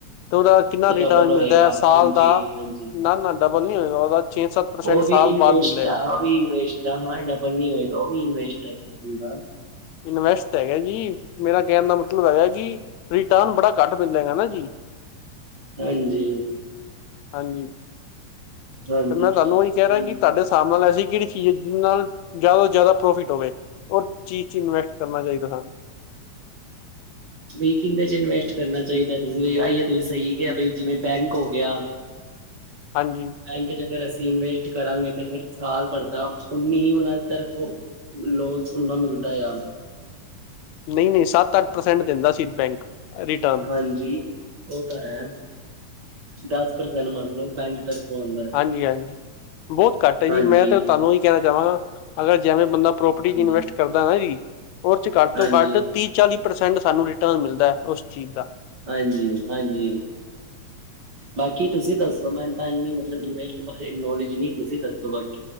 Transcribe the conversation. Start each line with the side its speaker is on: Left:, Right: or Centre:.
Left: ਤੇ ਉਹਦਾ ਕਿੰਨਾ
Right: ਤੇ
Left: ਰਿਟਰਨ
Right: ਡਬਲ ਹੋਏਗਾ
Left: ਮਿਲਦਾ ਐ ਸਾਲ
Right: ਹਾਂਜੀ
Left: ਦਾ,
Right: ਹਾਂਜੀ
Left: ਨਾ ਨਾ ਡਬਲ ਨਹੀਂ ਹੋਏਗਾ ਉਹਦਾ ਛੇ ਸੱਤ ਪਰਸੈਂਟ
Right: ਉਹ
Left: ਸਾਲ
Right: ਵੀ ਇਸਵੇਸਟ
Left: ਬਾਅਦ ਮਿਲੇਗਾ
Right: ਆ, ਉਹ ਵੀ ਇਨਵੇਸਟ ਆ, ਡਬਲ ਨੀ ਹੋਏਗਾ, ਉਹ ਵੀ ਇਸਵੇਸਟ ਆ।
Left: ਇਨਵੈਸਟ ਹੈਗਾ ਜੀ, ਮੇਰਾ ਕਹਿਣ ਦਾ ਮਤਲਬ ਹੈਗਾ ਕਿ ਰਿਟਰਨ ਬੜਾ ਘੱਟ ਪੈਦਾ ਹੈਗਾ ਨਾ ਜੀ।
Right: ਹਾਂਜੀ।
Left: ਹਾਂਜੀ
Right: ਹਾਂਜੀ
Left: ਤੇ ਮੈਂ ਤੁਹਾਨੂੰ ਉਹੀ ਕਹਿ
Right: ਬਈ
Left: ਰਿਹਾ ਕਿ ਤੁਹਾਡਾ ਹਿਸਾਬ ਨਾਲ ਐਸੀ ਕਿਹੜੀ ਚੀਜ਼ ਆ ਜਿਹਦੇ ਨਾਲ ਜ਼ਿਆਦਾ ਤੋਂ ਜ਼ਿਆਦਾ ਪ੍ਰੋਫਿਟ ਹੋਵੇ ਔਰ ਚੀਜ਼ ਚ ਇਨਵੈਸਟ ਕਰਨਾ ਚਾਹੀਦਾ ਸਾਨੂੰ। <unintelligible>
Right: ਬਈ ਕੀਹਦੇ ਚ ਇਨਵੈਸਟ ਕਰਨਾ ਚਾਹੀਦਾ, ਤੁਸੀਂ ਅਈ ਤੁਸੀਂ ਸਹੀ ਕਿਹਾ ਬਈ ਜਿਵੇਂ ਬੈਂਕ ਹੋ ਗਿਆ
Left: ਹਾਂਜੀ।
Right: ਬੈਂਕ ਚ ਅਗਰ ਅਸੀਂ ਇਨਵੈਸਟ ਕਰਾਂਗੇ ਤਾਂ ਫਿਰ ਸਾਲ ਭਰ ਦਾ ਉਨੀ ਹੀ ਉਹਨਾਂ ਦੀ ਤਰਫ਼ੋਂ ਲੋਸ ਥੋੜ੍ਹੀ ਨਾ ਮਿਲਦਾ ਆ।
Left: ਨਹੀਂ ਨਹੀਂ ਸੱਤ ਅੱਠ ਪ੍ਰਸੈਂਟ ਦਿੰਦਾ ਸੀ ਬੈਂਕ। ਰਿਟਰਨ
Right: ਹਾਂਜੀ ਉਹ ਤਾਂ ਹੈ, ਦਸ ਪ੍ਰਸੈਂਟ ਮੰਨ ਲਓ ਬੈਂਕ ਤਰਫੋਂ ਆਉਂਦਾ। ਹੈ
Left: ਹਾਂਜੀ ਹਾਂਜੀ ਬਹੁਤ ਘੱਟ ਆ ਜੀ,
Right: ਹਾਂਜੀ
Left: ਮੈਂ ਤਾਂ ਤੁਹਾਨੂੰ ਉਹੀ ਕਹਿਣਾ ਚਾਹਵਾਂਗਾ ਅਗਰ ਜਿਵੇਂ ਬੰਦਾ ਪ੍ਰੋਪਰਟੀ
Right: ਹਾਂਜੀ
Left: ਚ ਇਨਵੈਸਟ ਕਰਦਾ ਨਾ ਜੀ, ਉਹ ਚ ਘੱਟ ਤੋਂ
Right: ਹਾਂਜੀ
Left: ਘੱਟ ਤੀਹ ਚਾਲੀ ਪ੍ਰਸੈਂਟ ਸਾਨੂੰ ਰਿਟਰਨ ਮਿਲਦਾ ਉਸ ਚੀਜ਼ ਦਾ।
Right: ਹਾਂਜੀ ਹਾਂਜੀ। ਬਾਕੀ ਤੁਸੀਂ ਦੱਸੋ ਮੈਨੂੰ ਤਾਂ ਏਨੀ ਮਤਲਬ ਇਨਵੈਸਟ ਬਾਰੇ ਨੋਲਜ ਨੀ ਤੁਸੀਂ ਦੱਸੋ ਬਾਕੀ?